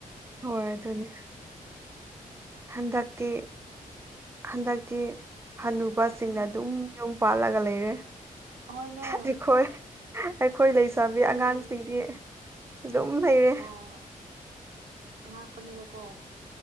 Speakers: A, on the right; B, on the right.
A: ꯍꯣꯏ ꯑꯗꯨꯅꯤ꯫ ꯍꯟꯗꯛꯇꯤ ꯍꯟꯗꯛꯇꯤ ꯍꯅꯨꯕꯁꯤꯡꯅ
B: ꯎꯝ
A: ꯑꯗꯨꯝ ꯌꯨꯝ꯫ ꯄꯥꯜꯂꯒ ꯂꯩꯔꯦ
B: ꯍꯣꯏꯅꯦ
A: ꯑꯩꯈꯣꯏ ꯑꯩꯈꯣꯏ ꯂꯩꯁꯕꯤ
B: ꯑꯩꯈꯣꯏꯗꯤ
A: ꯑꯉꯥꯡꯁꯤꯡꯗꯤ ꯝ ꯂꯩꯔꯦ
B: ꯑꯣ ꯑꯉꯥꯛꯄꯅꯤꯗꯀꯣ